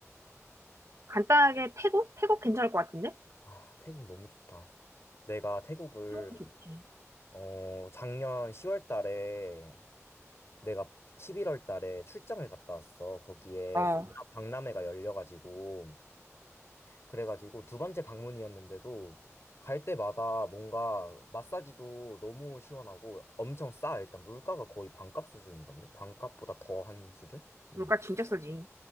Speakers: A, on the right; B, on the left.
A: 간단하게 태국? 태국 괜찮을 것 같은데?
B: 아, 태국 너무 좋다. 내가 태국을
A: 태국 좋지.
B: 어, 작년 10월 달에 내가 11월 달에 출장을 갔다 왔어. 거기에
A: 어,
B: 박람- 박람회가 열려가지고 그래가지고 두 번째 방문이었는데도 갈 때마다 뭔가 마사지도 너무 시원하고 엄청 싸. 일단 물가가 거의 반값 수준이던데 반값보다 더한 수준? 음.
A: 물가 진짜 싸지.